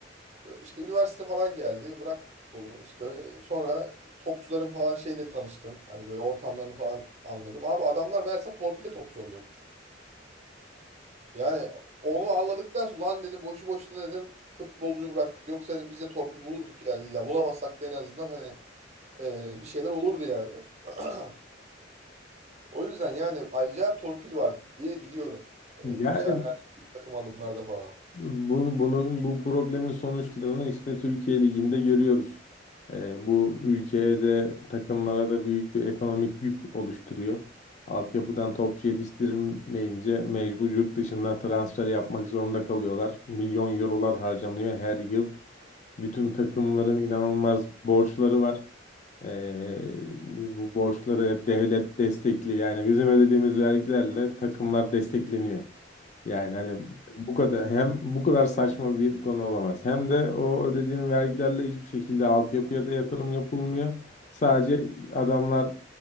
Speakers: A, on the right; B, on the left.
A: işte üniversite falan geldi. Bırak futbolu. İşte sonra topçuların falan şeyle tanıştım. Hani böyle ortamlarını falan anladım. Abi adamlar meğerse torpille topçu oluyormuş. Yani onu anladıktan sonra lan dedim boşu boşuna dedim futbolcu bıraktık. Yoksa dedim biz de torpil bulurduk yani illa bulamazsak da en azından hani e, bir şeyler olurdu yani. <clears throat> O yüzden yani acayip torpil var diye biliyorum. E,
B: Yani
A: yükselmelerde, milli takım alımlarda falan.
B: Bunu, bunun bu problemin sonuçlarını işte Türkiye Ligi'nde görüyoruz. Ee, bu ülkeye de takımlara da büyük bir ekonomik yük oluşturuyor. Altyapıdan topçu yetiştirmeyince mecbur yurt dışından transfer yapmak zorunda kalıyorlar. Milyon eurolar harcanıyor her yıl. Bütün takımların inanılmaz borçları var. Ee, bu borçları hep devlet destekli. Yani bizim ödediğimiz vergilerle takımlar destekleniyor. Yani hani bu kadar hem bu kadar saçma bir konu olamaz. Hem de o ödediğim vergilerle hiçbir şekilde altyapıya da yatırım yapılmıyor. Sadece adamlar